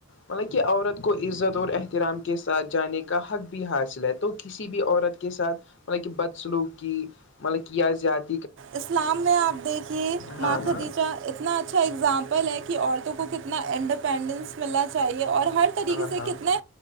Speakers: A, on the left; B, on the right.
A: مطلب کہ عورت کو عزت اور احترام کے ساتھ جانے کا حق بھی حاصل ہے تو کسی بھی عورت کے ساتھ مطلب کہ بدسلوک کی مطلب کہ یا زیاد
B: اسلام میں آپ دیکھیے
A: ہاں
B: ماں خدی
A: ہاں
B: کا اتنا اچھا اگزامپل ہے کہ عورتوں کو کتنا انڈیپینڈنس ملنا چاہیے اور ہر طریقے
A: ہاں
B: سے
A: ہاں
B: کتنے